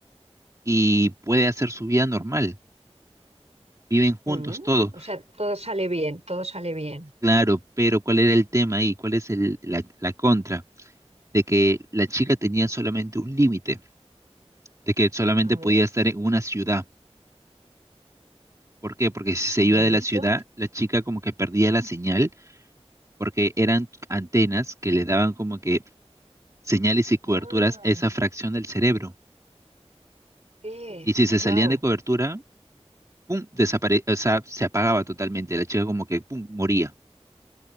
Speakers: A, on the right; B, on the right.
A: y puede hacer su vida normal. Viven juntos
B: Mm.
A: todos,
B: O sea, todo sale bien, todo sale bien.
A: claro, pero ¿cuál era el tema ahí? ¿Cuál es el, la, la contra? De que la chica tenía solamente un límite, de que solamente
B: A
A: podía
B: ver,
A: estar en una ciudad. ¿Por qué? Porque si se
B: Anda,
A: iba de
B: ¿y
A: la
B: eso?
A: ciudad, la chica como que perdía la señal, porque eran antenas que le daban como que señales y coberturas
B: Ah,
A: a esa fracción del cerebro.
B: sí,
A: Y si se
B: wow.
A: salían de cobertura, pum, desapare, o sea, se apagaba totalmente. La chica como que pum, moría.